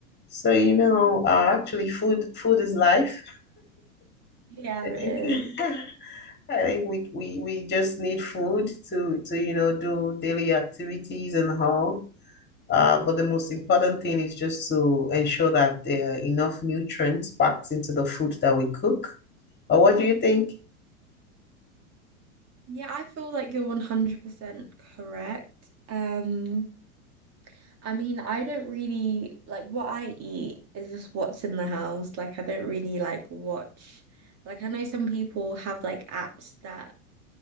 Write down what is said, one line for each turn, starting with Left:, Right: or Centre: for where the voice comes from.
Left: So, you know, uh, actually food food is life.
Right: Yeah,
Left: I
Right: it
Left: think
Right: is.
Left: <laughs> I think we, we we just need food to to you know do daily activities and all. Uh, but the most important thing is just to ensure that there are enough nutrients packed into the food that we cook. Or what do you think?
Right: Yeah, I feel like you're 100% correct. Um, I mean, I don't really like what I eat is just what's in the house. Like, I don't really like watch. Like, I know some people have like apps that